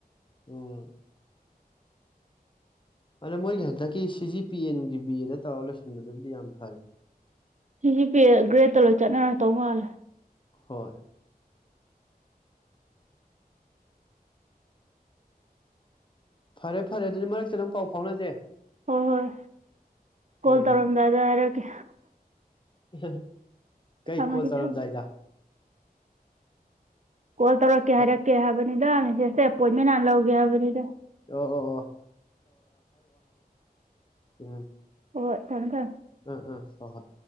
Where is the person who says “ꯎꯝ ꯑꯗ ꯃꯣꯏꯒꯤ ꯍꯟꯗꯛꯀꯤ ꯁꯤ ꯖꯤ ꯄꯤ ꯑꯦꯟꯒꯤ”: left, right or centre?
Left